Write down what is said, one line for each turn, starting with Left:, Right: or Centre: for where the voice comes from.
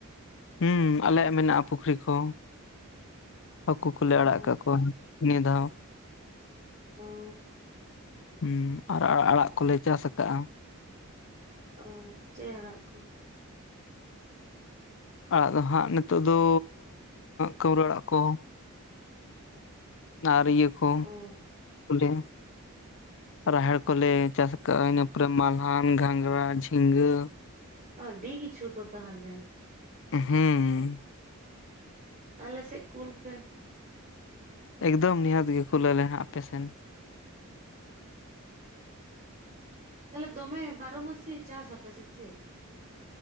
Left: ᱦᱩᱸ ᱟᱞᱮᱭᱟᱜ ᱢᱮᱱᱟᱜ-ᱟ ᱯᱩᱠᱷᱨᱤ ᱠᱚ᱾ ᱦᱟᱹᱠᱩ ᱠᱚᱞᱮ
Right: ᱚ
Left: ᱟᱲᱟᱜ ᱠᱟᱜ ᱠᱚᱣᱟ ᱱᱤᱭᱟᱹ ᱫᱷᱟᱣ ᱦᱚ᱾
Right: ᱦᱩᱸ᱾
Left: ᱦᱩᱸ ᱟᱨ ᱟᱲᱟᱜ ᱠᱚᱞᱮ ᱪᱟᱥ ᱟᱠᱟᱜ-ᱟ᱾
Right: ᱚ ᱪᱮᱜ ᱟᱲᱟᱜ ᱠᱚ?
Left: ᱟᱲᱟᱜ ᱫᱚ ᱦᱟᱜ ᱱᱤᱛᱚᱜ ᱫᱚ ᱠᱟᱹᱣᱨᱟᱹ ᱟᱲᱟᱜ ᱠᱚ᱾ ᱟᱨ ᱤᱭᱟᱹ ᱠᱚ
Right: ᱚ
Left: <unintelligible> ᱨᱟᱦᱮᱲ ᱠᱚᱞᱮ ᱪᱟᱥ ᱟᱠᱟᱜ-ᱟ ᱤᱱᱟᱹ ᱯᱚᱨᱮ ᱢᱟᱞᱦᱟᱱ, ᱜᱷᱟᱸᱝᱨᱟ, ᱡᱷᱤᱸᱜᱟᱹ᱾
Right: ᱟᱹᱰᱤ ᱠᱤᱪᱷᱩ ᱛᱚ ᱛᱟᱦᱞᱮ?
Left: ᱦᱩᱸ,
Right: ᱟᱞᱮᱥᱮᱫ ᱠᱩᱞ ᱯᱮ᱾
Left: ᱮᱠᱫᱚᱢ ᱱᱤᱦᱟᱹᱛ ᱜᱮ ᱠᱷᱩᱞᱟᱹᱞᱮ ᱦᱟᱜ ᱟᱯᱮᱥᱮᱱ᱾ <inaudible>
Right: ᱛᱟᱦᱚᱞᱮ ᱫᱚᱢᱮ ᱵᱟᱨᱚ ᱢᱟᱹᱥᱤᱭᱟᱹ ᱪᱟᱥ ᱟᱯᱮ ᱥᱮ ᱪᱮᱫ?